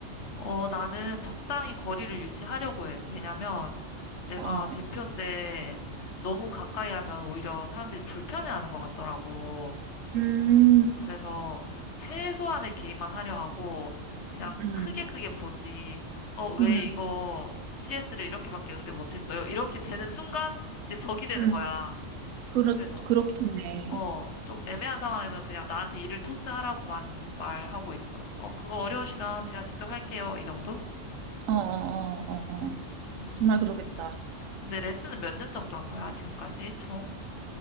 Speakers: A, on the left; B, on the right.
A: 어, 나는 적당히 거리를 유지하려고 해. 왜냐면 내가
B: 어,
A: 대표인데 너무 가까이 하면 오히려 사람들이 불편해하는 것 같더라고.
B: 음,
A: 그래서 최소한의 개입만 하려 하고 그냥
B: 음,
A: 크게 크게 보지. 어, 왜
B: 음,
A: 이거 CS를 이렇게밖에 응대 못했어요? 이렇게 되는 순간 이제 적이 되는
B: 음,
A: 거야.
B: 그렇,
A: 그래서
B: 그렇겠네.
A: 어, 좀 애매한 상황에서는 그냥 나한테 일을 토스하라고만 말하고 있어. 어, 그거 어려우시면 제가 직접 할게요. 이 정도?
B: 어, 어, 어, 어, 어.
A: 음.
B: 정말 그러겠다.
A: 근데 레슨은 몇 년 정도 한 거야, 지금까지? 총?